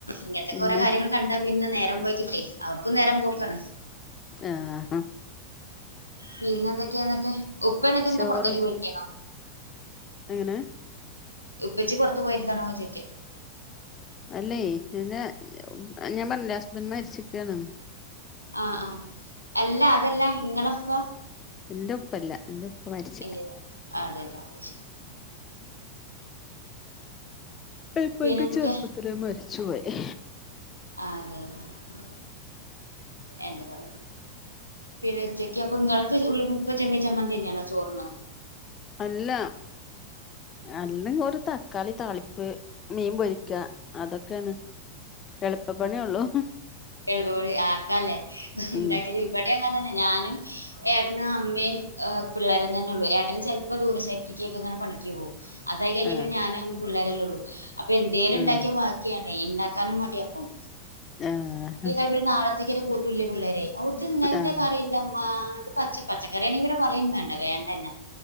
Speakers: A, on the left (about 85°); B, on the left (about 25°).
A: ഇങ്ങത്തെ
B: പിന്നെ
A: കൊറെ കാര്യങ്ങൾ കണ്ട പിന്നെ നേരം പോയി കിട്ടൊയ്. അവർക്കും നേരം പോക്കാണ്.
B: ആഹ.
A: പിന്നെ എന്തൊക്കെയാ ന്ന്ട്ട് ഉപ്പ എന്നിട്ട് എന്താ
B: ചോറ്
A: പുറത്തേക്ക് പോയിക്കണോ?
B: എങ്ങനെ?
A: ഉപ്പച്ചി പൊർത്ത് പോയിരതാണോ ചോയിക്ക.
B: അല്ലേ ഇന്റെ <inaudible> ഞാൻ പറഞ്ഞില്ലേ ഹസ്ബന്റ് മര്ച്ചക്കാണ്.
A: ആ ആ എല്ല അതെല്ല ഇങ്ങളെപ്പ.
B: എന്റെ ഉപ്പല്ല എന്റെ ഉപ്പ മരിച്ച്
A: ഇല്ലെല അതെന്നെ അയ്ശെരി.
B: ഇപ്പ
A: പിന്നെ
B: എക്ക്
A: എന്തൊക്കെയാ
B: ചെറുപ്പത്തിലേ മരിച്ചുപോയി
A: അതെ ആഹ് എന്താ പറയ് പിന്നെ ഉച്ചക്ക് അപ്പ നിങ്ങൾക്ക് ച് ഉള്ളി മുപ്പ്‌ ചെമ്മീൻ ചമ്മന്തി തന്നെയാണോ ചോറിന്
B: അല്ല അല്ലങ്കി ഒരു തക്കാളി താളിപ്പ് മീൻ പൊരിക്ക അതൊക്കെണ് എളുപ്പപ്പണിയേ ഒള്ളൂ
A: എള്പ്പവഴി ആർക്കാല്ലേ ഇണ്ടാക്കല്
B: ഉം
A: ഇവിടെ അങ്ങനെ തന്നെ ഞാനും ഏട്ടനും അമ്മേം ഏഹ് പിള്ളേരും തന്നെ ഉള്ളു ഏട്ടന് ചിലപ്പോ ദൂര സൈറ്റിക്ക്‌ ക്ക്‌ങ്ങനെ പണിക്ക് പോകും അതായി കഴിഞ്ഞ
B: ആഹ്
A: പിന്നെ ഞാനും അമ്മേം പിള്ളേരല്ലേ ഉള്ളൂ അപ്പൊ എന്തേലും
B: ആഹ്
A: ഉണ്ടാക്കിയാമാത് ക്യാണെ ഇണ്ടാക്കാനും മടിയ അപ്പം
B: ഹെ ഹ്
A: ഇവര് നാളത്തേക്ക്‌ ഇവര് കൂട്ടില്ലേ പിള്ളേരെ ഇത് ഇന്നലത്തെ
B: ആഹ്
A: കറിയല്ലേമ്മ ഇത് പച്ച പച്ചക്കറിയാണെ പിന്നെ പറയും വേണ്ട വേണ്ടന്നെ